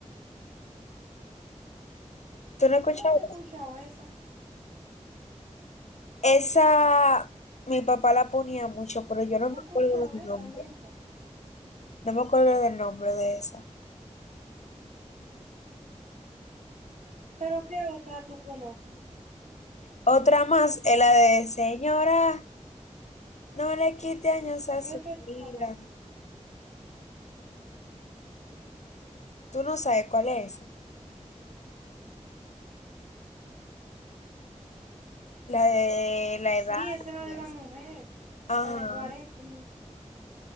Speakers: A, on the left (about 65°); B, on the right (about 70°).
A: ¿Tú no has escuchado?
B: Yo nunca he escuchado esa.
A: Esa, mi papá la ponía mucho, pero yo no
B: No
A: me
B: he escuchado
A: acuerdo del
B: esa
A: nombre.
B: nunca.
A: No me acuerdo del nombre de esa.
B: Pero ¿qué otra tú conoces?
A: Otra más es la de Señora, no le quite años a
B: ¿Qué
A: su
B: otra tú
A: vida.
B: conoces?
A: Tú no sabes cuál es esa. La de la
B: Sí,
A: edad.
B: esa es la
A: y
B: de la
A: eso.
B: mujer.
A: Ajá.
B: La de cuarenta, como